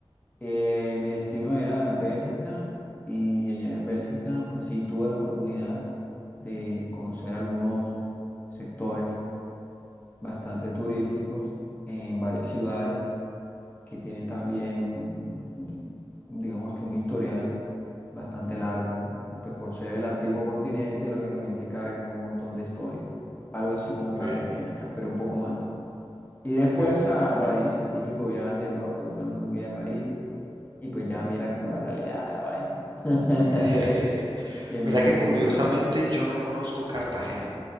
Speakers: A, on the left; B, on the right.
A: Eh, mi destino era Bélgica y allá en Bélgica, pues sí tuve la oportunidad de conocer algunos sectores bastante turísticos en varias ciudades que tienen también, un- un- un- digamos que un historial bastante largo, ¿no? Y pues por ser el antiguo continente, lógicamente cargan un montón de historia, algo así
B: Ok,
A: como Cartagena, ya, pero un poco más. Y después
B: vea pues.
A: a París, el típico viaje de Europa, que todo el mundo quiere a París. Y, y pues ya mira como la realidad de la vaina. <laughs>
B: <laughs>
A: Que no
B: Mira
A: es
B: que
A: como
B: curiosamente
A: que, ajá,
B: yo no conozco Cartagena.